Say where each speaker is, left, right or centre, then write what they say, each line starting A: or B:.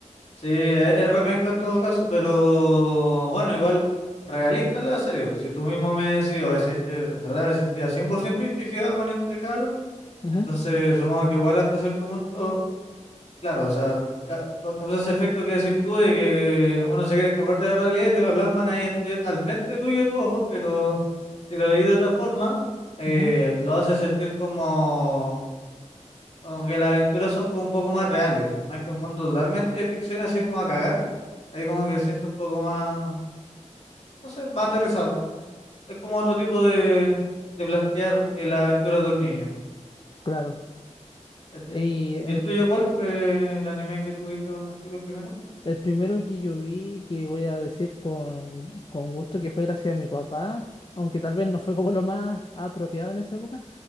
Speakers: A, on the left (about 60°); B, on the left (about 40°).
A: Sí, es, es repenca en todo caso, pero bueno, igual realista la serie. Si tú mismo me decís, oye, sé que en verdad me sentía 100% identificado con este caro,
B: Ujú,
A: entonces supongo que igual hasta cierto punto. Claro, o sea, ca- pa- causa ese efecto que decir tú de que uno se quiere escapar de la realidad y te la plasman ahí ante- al frente tuyo de tus ojos, pero si lo veis de otra forma, eh,
B: ujú,
A: lo hace sentir como, como que las aventuras son como un poco más reales, más que un mundo totalmente de ficción, así como a cagar, ahí como que se siente un poco más, no sé, más aterrizado. Es como otro tipo de, de plantear eh, la aventura de un niño.
B: claro.
A: ¿cachai?
B: Y en-
A: ¿Y el tuyo cuál fue el anime que tuviste cuando chico el primero?
B: El primero que yo vi, que voy a decir con, con gusto que fue gracias a mi papá, aunque tal vez no fue como lo más apropiado en esa época,